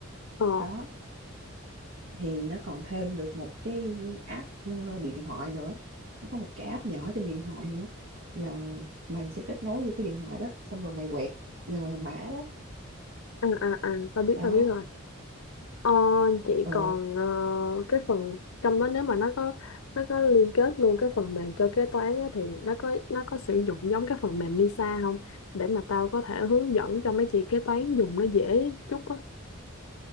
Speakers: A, on the left; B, on the right.
A: Ờ,
B: đó thì nó còn thêm được một cái app ờ, điện thoại nữa nó có một cái app nhỏ trên điện thoại nữa là mày sẽ kết nối vô cái điện thoại đó xong rồi mày quẹt ờ, mã đó
A: ờ, à à à tao biết
B: đó
A: tao biết rồi ờ, chị
B: ờ,
A: còn ờ, cái phần trong đó nếu mà nó có nó có liên kết luôn cái phần mềm cho kế toán á, thì nó có nó có sử dụng giống cái phần mềm Lisa không để mà tao có thể hướng dẫn cho mấy chị kế toán dùng nó dễ chút á